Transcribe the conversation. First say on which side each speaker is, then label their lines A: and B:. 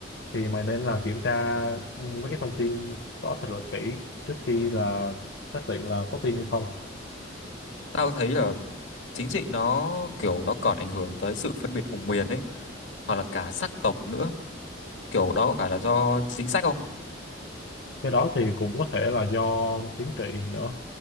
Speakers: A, on the left; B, on the left.
A: thì mày nên là kiểm tra ừ, mấy cái thông tin đó thật là kỹ trước khi là xác định là có tin hay không
B: Tao thấy là chính trị nó kiểu nó còn ảnh hưởng tới sự phân biệt vùng miền ấy, hoặc là cả sắc tộc nữa. Kiểu đó có phải là do chính sách không?
A: cái đó thì cũng có thể là do chính trị nữa